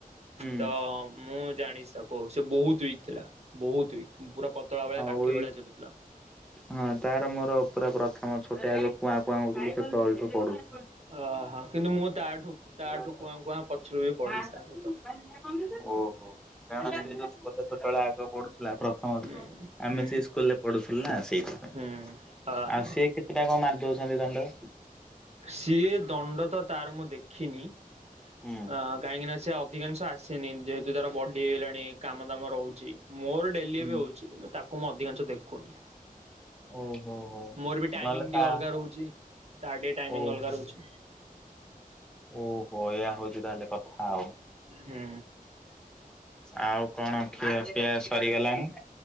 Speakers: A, in the centre; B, on the right.
A: ହୁଁ।
B: ତ ମୁଁ ଜାଣିଚି ତାକୁ ସେ ବହୁତ ଉଇକ ଥିଲା। ବହୁତ ଉଇକ ପୁରା ପତଳା ଭଳିଆ
A: ହଉ
B: କାଠି
A: ଏଇ
B: ଭଳିଆ ଝୁଲୁଥିଲା।
A: ହଁ ତାର ମୋର ପୁରା ପ୍ରଥମ ଛୁ ଗୋଟେ ଆଗ କୁଆଁ କୁଆଁ ହଉଥିଲୁ ସେତବେଳଠୁ ପଢ଼ୁଛୁ।
B: ଓହୋ। କିନ୍ତୁ ମୁଁ ତାଠୁ ତାଠୁ
A: ଓହୋ।
B: କୁଆଁ କୁଆଁ ପଛରୁ ବି ପଢିଛି
A: କାରଣ
B: ତା ସହିତ।
A: ସେ <unintelligible>
B: ହୁଁ
A: ଯେତେବେଳେ ଆଗ ପଢୁଥିଲା ପ୍ରଥମରୁ
B: ହୁଁ
A: ଆମେ
B: ହୁଁ
A: ସେଇ ସ୍କୁଲରେ ପଢୁଥିଲୁ ନା ସେଇଥିପାଇଁ।
B: ହୁଁ ଅହ
A: ସିଏ କେତେଟା କଣ ମାରିଦଉଛନ୍ତି ଦଣ୍ଡ?
B: ସିଏ ଦଣ୍ଡ ତ ତାର ମୁଁ ଦେଖିନି ଅ
A: ହୁଁ
B: କାହିଁକି ନା ସେ ଅଧିକାଂଶ ଆସେନି। ଯେହେତୁ ତାର ବଡି ହେଇଗଲାଣି କାମ ଦାମ ରହୁଛି। ମୋର ଡେଲି
A: ହୁଁ
B: ବି ହଉଛି ତ ତା କୁ ମୁଁ ଅଧିକାଂଶ ଦେଖୁନି।
A: ଓହୋ ହୋ
B: ମୋର ବି ଟାଇମିଂ
A: ନହେଲେ ତା
B: ଟିକେ ଅଲଗା ରହୁଛି। ତାର ଟିକେ ଟାଇମିଂ
A: ଓହୋ।
B: ଅଲଗା ରହୁଛି।
A: ଓହୋ ଏଇଆ ହଉଛି ତାହେଲେ କଥା ଆଉ।
B: ହୁଁ।
A: ଆଉ କଣ ଖିଆପିଆ ସରିଗଲାଣି